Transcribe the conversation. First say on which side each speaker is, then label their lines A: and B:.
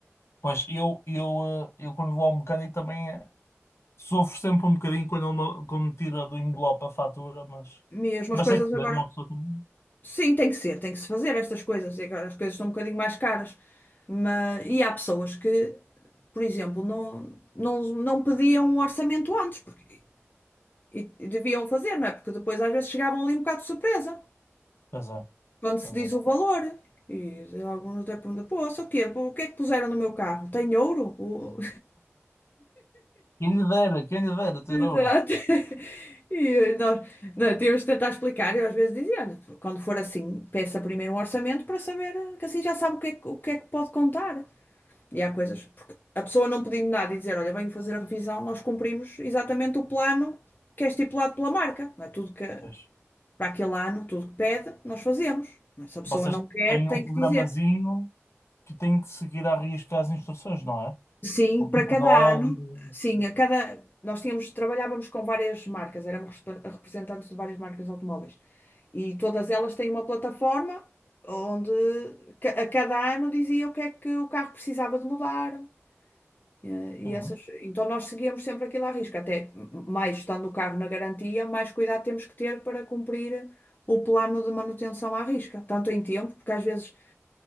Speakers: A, on the left; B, on the left.
A: Pois eu, eu, eh, eu quando vou ao mecânico também eh, sofro sempre um bocadinho quando ele me, quando me tira do envelope a fatura, mas,
B: Mesmo
A: mas
B: as coisas
A: tem que ter
B: agora.
A: uma pessoa também.
B: Sim, tem que ser, tem que se fazer estas coisas. E agora as coisas estão um bocadinho mais caras. Mas, e há pessoas que, por exemplo, não, não, não pediam um orçamento antes, porque e, e deviam fazer, não é? Porque depois às vezes chegavam ali um bocado de surpresa,
A: Pois é,
B: quando se
A: pois
B: diz
A: é.
B: o valor. E alguns até perguntam, pô, isso o quê? Pô, O que é que puseram no meu carro? Tem ouro? O-
A: Quem lhe dera, quem lhe dera ter
B: Exato.
A: ouro.
B: <laughs> E nós, nós temos de tentar explicar. Eu às vezes dizia, olha, quando for assim, peça primeiro um orçamento para saber, eh, que assim já sabe o que é que, o que é que pode contar. E há coisas, porque a pessoa não pedindo nada e dizer, olha, venho fazer a revisão, nós cumprimos exatamente o plano que é estipulado pela marca. Não é tudo que,
A: Pois.
B: para aquele ano, tudo que pede, nós fazemos. Não é? Se a pessoa
A: Vocês
B: não quer,
A: têm
B: tem
A: um programazinho
B: que dizer.
A: que tem que seguir à risca as instruções, não é?
B: Sim,
A: O tipo
B: para cada
A: de óleo.
B: ano, sim, a cada nós tínhamos trabalhávamos com várias marcas, éramos respe- representantes de várias marcas de automóveis e todas elas têm uma plataforma onde ca- a cada ano dizia o que é que o carro precisava de mudar eh, e
A: Uhum.
B: essas, então nós seguíamos sempre aquilo à risca, até m- mais estando o carro na garantia, mais cuidado temos que ter para cumprir o plano de manutenção à risca, tanto em tempo, porque às vezes